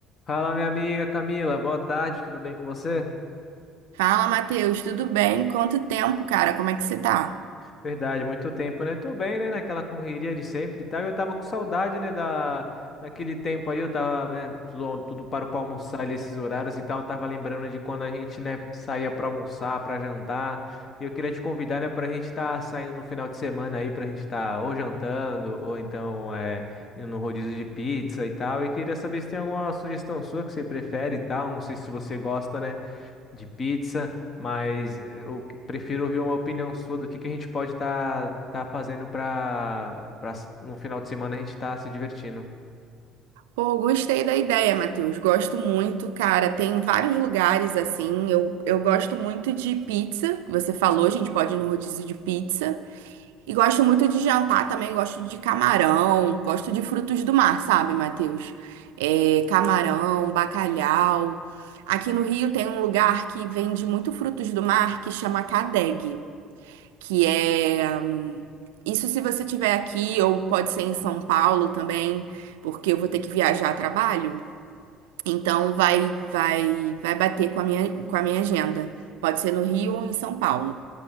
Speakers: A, on the left; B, on the right.
A: Fala, minha amiga Camila, boa tarde, tudo bem com você?
B: Fala, Matheus, tudo bem? Quanto tempo, cara? Como é que você tá?
A: Verdade, muito tempo, né? Tô bem, né? Naquela correria de sempre e tal. Eu tava com saudade, né? Da... Daquele tempo aí, eu tava, né? Tudo, tudo parou pra almoçar ali, esses horários e tal. Eu tava lembrando de quando a gente, né? Saía pra almoçar, pra jantar. E eu queria te convidar, né? Pra gente tá saindo no final de semana aí, pra gente tá ou jantando, ou então é, indo no rodízio de pizza e tal. E queria saber se tem alguma sugestão sua que você prefere e tal. Não sei se você gosta, né? de pizza, mas eu que- prefiro ouvir uma opinião sua do que que a gente pode estar fazendo para no final de semana a gente estar se divertindo.
B: Pô, gostei da ideia, Matheus. Gosto muito, cara. Tem vários lugares assim. Eu, eu gosto muito de pizza. que Você falou, a gente pode ir no rodízio de pizza. E gosto muito de jantar também. Gosto de camarão. Gosto de frutos do mar, sabe, Matheus? É, camarão, bacalhau. Aqui no Rio tem um lugar que vende muito frutos do mar que chama Cadeg. que é hum, isso se você tiver aqui ou pode ser em São Paulo também, porque eu vou ter que viajar a trabalho. Então vai vai vai bater com a minha com a minha agenda. Pode ser no Rio ou em São Paulo.